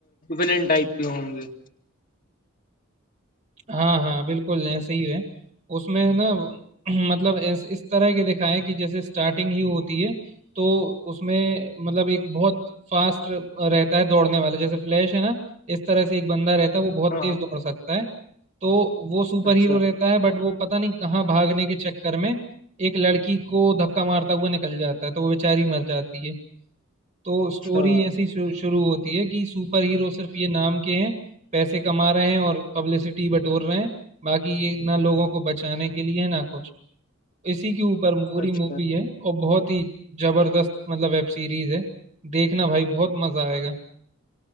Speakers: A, on the left (about 45°); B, on the right (about 35°).
A: विलेन टाइप के होंगे
B: हाँ हाँ बिल्कुल ऐसे ही है उसमें ना <clears throat> मतलब इस, इस तरह के दिखाया है कि जैसे स्टार्टिंग ही होती है तो उसमें मतलब एक बहुत फास्ट रहता है दौड़ने वाला जैसे फ्लैश है ना इस तरह से एक बंदा रहता है वो बहुत
A: हाँ
B: तेज
A: हाँ
B: दौड़ सकता है तो वो सुपर
A: अच्छा
B: हीरो रहता है बट वो पता नहीं कहाँ भागने के चक्कर में एक लड़की को धक्का मारता हुआ निकल जाता है तो वो बेचारी मर जाती है तो
A: अच्छा
B: स्टोरी ऐसी शु- शुरू होती है कि सुपर हीरो सिर्फ ये नाम के हैं पैसे कमा रहे हैं और पब्लिसिटी बटोर रहे हैं बाकी ये ना लोगों को बचाने के लिए है ना कुछ इसी के ऊपर पूरी
A: अच्छा
B: मूवी है और बहुत ही जबरदस्त मतलब वेब सीरीज है देखना भाई बहुत मजा आएगा